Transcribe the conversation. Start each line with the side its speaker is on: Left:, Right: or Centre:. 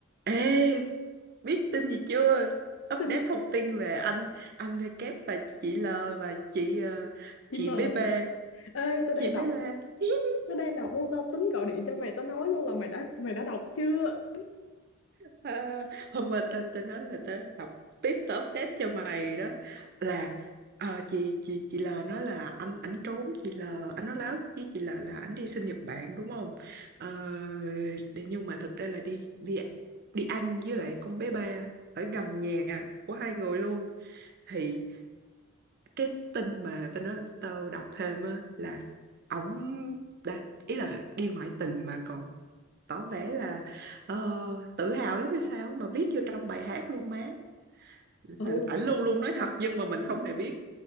Right: Ê, biết tin gì chưa? Update
Left: Tin
Right: thông tin về anh anh V kép và chị L và chị ờ,
Left: chị
Right: chị
Left: mờ
Right: bé bê
Left: ê tao
Right: chị
Left: đang
Right: bé
Left: đọc
Right: bê <laughs>
Left: nó đang đọc luôn tao tính gọi điện cho mày tao nói luôn là mày đã mày đã đọc chưa
Right: à, hôm qua tao tao nói là tao đọc tiếp tao update cho mày đó là ờ, chị chị chị L nói là anh ảnh trốn chị L anh nói láo với chị L là anh đi sinh Nhật Bản đúng không? Ờ, để- nhưng mà thực ra là đi đi đi ăn với lại con bé ba ở gần nhà của hai người luôn thì cái tin mà tao nói tao đọc thêm á là ổng đã ý là đi ngoại tình mà còn tỏ vẻ là ờ, tự hào lắm hay sao mà viết vô trong bài hát luôn má là
Left: ừ
Right: ảnh luôn luôn nói thật nhưng mà mình không hề biết